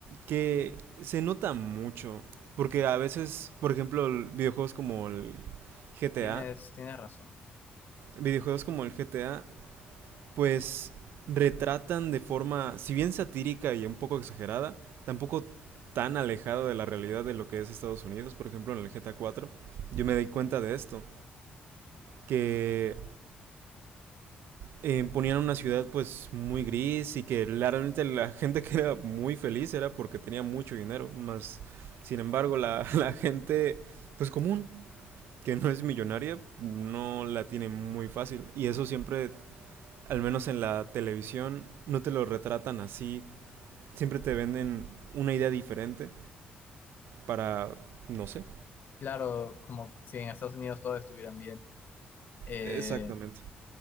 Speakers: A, on the right; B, on the left.
A: que se nota mucho. Porque a veces, por ejemplo, videojuegos como el
B: Tienes,
A: GTA,
B: tienes razón.
A: videojuegos como el GTA, pues retratan de forma, si bien satírica y un poco exagerada, tampoco tan alejada de la realidad de lo que es Estados Unidos. Por ejemplo, en el GTA 4, yo me di cuenta de esto, que eh, ponían una ciudad pues muy gris y que realmente la <laughs> gente que era muy feliz era porque tenía mucho dinero, más sin embargo la, <laughs> la gente pues común, que no es millonaria, no la tiene muy fácil y eso siempre, al menos en la televisión, no te lo retratan así, siempre te venden una idea diferente para, no sé,
B: Claro, como si en Estados Unidos todo estuvieran bien. Eh,
A: exactamente,